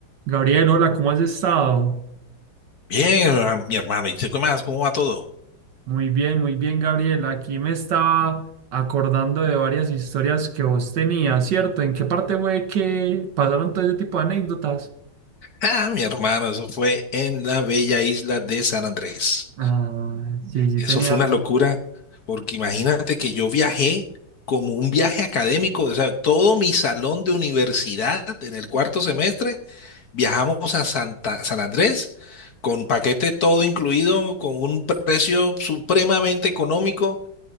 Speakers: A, on the right; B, on the left.
A: Gabriel, hola, ¿cómo has estado?
B: Bien, herma- mi hermano. ¿Y tú qué más? ¿Cómo va todo?
A: Muy bien, muy bien, Gabriel. Aquí me estaba acordando de varias historias que vos tenías, ¿cierto? ¿En qué parte fue que pasaron todo ese tipo de anécdotas?
B: Ah, mi hermano, eso fue en la bella isla de San Andrés.
A: Ah, sí, sí
B: Eso
A: tenía.
B: fue una locura, porque imagínate que yo viajé como un viaje académico, o sea, todo mi salón de universidad en el cuarto semestre viajamos a Santa, San Andrés con paquete todo incluido, con un precio supremamente económico